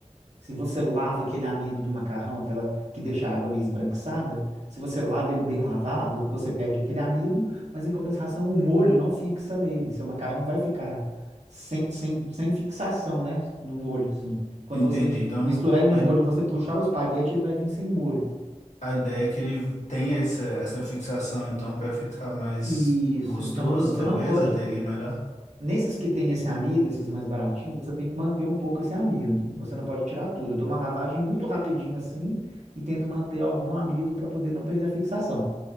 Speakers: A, on the right; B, on the left.
A: Se você lava aquele amido do macarrão, aquela que deixa a água meio esbranquiçada, se você lava ele bem lavado, você perde aquele amido, mas em compensação o molho não fixa nele. Seu macarrão vai ficar sem, sem, sem fixação, né? No molho, assim. Quando
B: entendi.
A: você
B: Então,
A: misturar ele no
B: a,
A: molho, você puxar o espaguete, ele vai vir sem molho.
B: a ideia é que ele tem essa, essa fixação, então, para ficar mais
A: Isso,
B: gostoso,
A: então você
B: talvez,
A: não pode
B: aderir melhor.
A: Nesses que tem esse amido, esses mais baratinhos, você tem que manter um pouco esse amido. Você não pode tirar tudo. Eu dou uma lavagem muito rapidinho assim e tento manter algum amido para poder não perder a fixação.